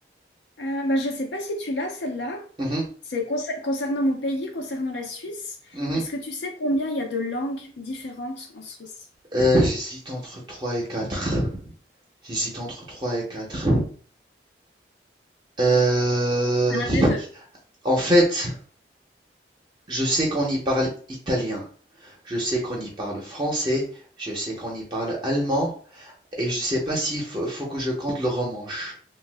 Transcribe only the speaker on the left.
Euh, bah, je sais pas si tu l'as, celle-là.
C'est concer- concernant mon pays, concernant la Suisse.
Est-ce que tu sais combien il y a de langues différentes en Suisse?
C'est un des deux.